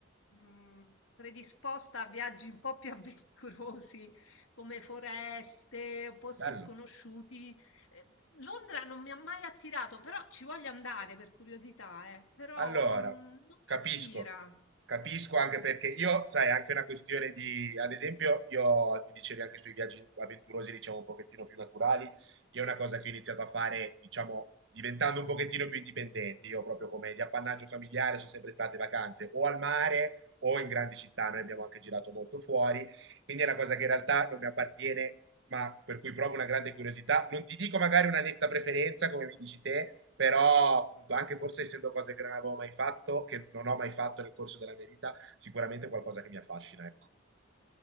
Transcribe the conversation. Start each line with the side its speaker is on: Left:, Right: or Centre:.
Left: mh, predisposta a viaggi un po' più <laughs> avventurosi, come foreste o posti
Right: Bello.
Left: sconosciuti. Eh, Londra non mi ha mai attirato, però ci voglio andare per curiosità, eh, però
Right: Allora,
Left: non, non mi
Right: capisco,
Left: attira.
Right: capisco anche perché io, sai, è anche una questione di, ad esempio, io mi dicevi anche sui viaggi avventurosi, diciamo un pochettino più naturali, io è una cosa che ho iniziato a fare, diciamo, diventando un pochettino più indipendente, io proprio come di appannaggio familiare sono sempre state vacanze o al mare o in grandi città, noi abbiamo anche girato molto fuori, quindi è una cosa che in realtà non mi appartiene ma per cui provo una grande curiosità. Non ti dico magari una netta preferenza, come mi dici te, però appunto, anche forse essendo cose che non avevo mai fatto, che non ho mai fatto nel corso della mia vita, sicuramente è qualcosa che mi affascina, ecco.